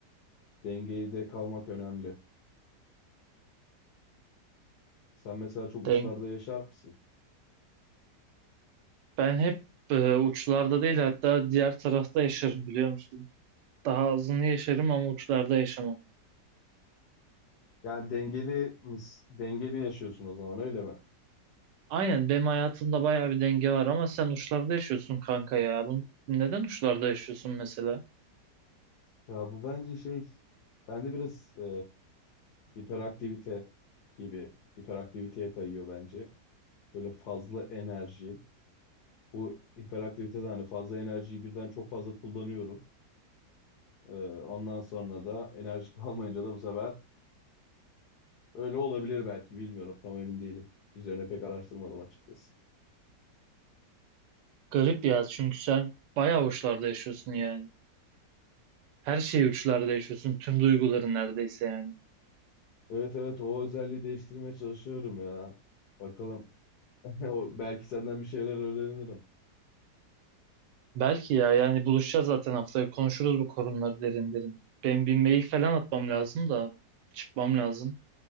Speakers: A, on the left; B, on the right.
A: Dengeyi de kalmak önemli. Sen mesela çok uçlarda
B: Denk.
A: yaşar mısın?
B: Ben hep e, uçlarda değil hatta diğer tarafta yaşarım biliyor musun? Daha azını yaşarım ama uçlarda yaşamam.
A: Yani dengeli mis- dengeli yaşıyorsun o zaman öyle mi?
B: Aynen benim hayatımda bayağı bir denge var ama sen uçlarda yaşıyorsun kanka ya. Bunu, neden uçlarda yaşıyorsun mesela?
A: Ya bu bence şey bende biraz e, hiperaktivite gibi hiperaktiviteye kayıyor bence. Böyle fazla enerji. Bu hiperaktivitede hani fazla enerjiyi birden çok fazla kullanıyorum. E, ondan sonra da enerji <laughs> kalmayınca da bu sefer Öyle olabilir belki bilmiyorum. Tam emin değilim. Üzerine pek araştırmadım açıkçası.
B: Garip ya çünkü sen bayağı uçlarda yaşıyorsun yani. Her şeyi uçlarda yaşıyorsun. Tüm duyguların neredeyse yani.
A: Evet evet o özelliği değiştirmeye çalışıyorum ya. Bakalım. <laughs> O- Belki senden bir şeyler öğrenirim.
B: Belki ya yani buluşacağız zaten haftaya konuşuruz bu konuları derin derin. Ben bir mail falan atmam lazım da çıkmam lazım.